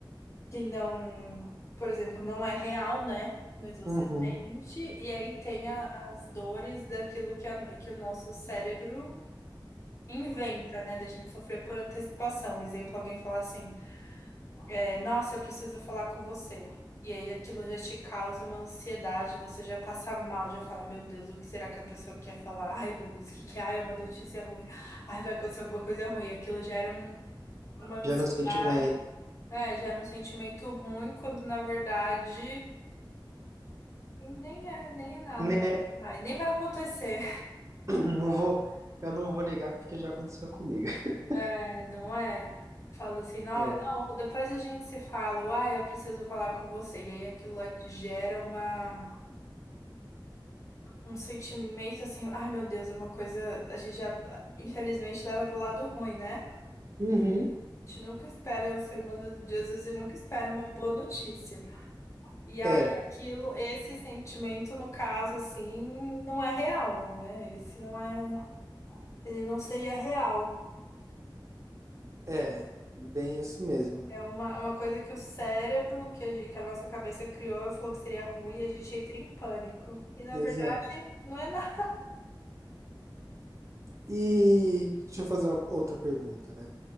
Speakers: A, on the left; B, on the right.
A: que não, por exemplo, não é real, né? Mas você
B: Uhum.
A: sente, e aí tem a- as dores daquilo que, a- que o nosso cérebro inventa, né? Da gente sofrer por antecipação. Exemplo, alguém falar assim. É, nossa, eu preciso falar com você. E aí aquilo já te causa uma ansiedade, você já passa mal, já fala, meu Deus, o que será que a pessoa quer falar? Ai, meu Deus, o que que é? Ai, é uma notícia ruim. Ai, vai acontecer alguma coisa ruim. E aquilo gera um- uma ansiedade,
B: Já no sentimento.
A: é, gera um sentimento ruim, quando na verdade nem é, nem é nada,
B: Né?
A: né? Mas nem vai acontecer.
B: <clears throat> Não vou, eu não vou negar porque já aconteceu comigo. <laughs>
A: É, não é? Fala assim, não,
B: É.
A: não, depois a gente se fala, ou, ai, eu preciso falar com você. E aí aquilo lá te gera uma. Um sentimento assim, ai meu Deus, é uma coisa. A gente já, infelizmente, leva pro lado ruim, né?
B: Uhum.
A: A gente nunca espera, o ser humano, às vezes, ele nunca espera uma boa notícia. E aí,
B: É,
A: aquilo, esse sentimento, no caso, assim, não é real, né? Esse não é. Ele não seria real.
B: é. Bem isso mesmo.
A: É uma, é uma coisa que o cérebro, que a, gente- que a nossa cabeça criou, e falou que seria ruim e a gente entra em pânico. E na
B: Exato.
A: verdade, não é nada.
B: E deixa eu fazer uma outra pergunta, né?